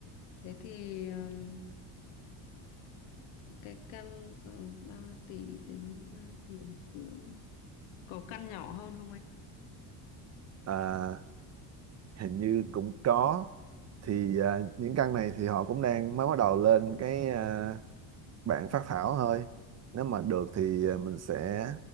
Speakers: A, on the left (about 80°); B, on the right (about 35°).
A: Thế thì ừm, cái căn tầm 3 tỷ đến 3 tỷ rưỡi có căn nhỏ hơn không anh
B: à, hình như cũng có thì à, những căn này thì họ cũng đang mới bắt đầu lên cái à, bạn phát thảo thôi nếu mà được thì à, mình sẽ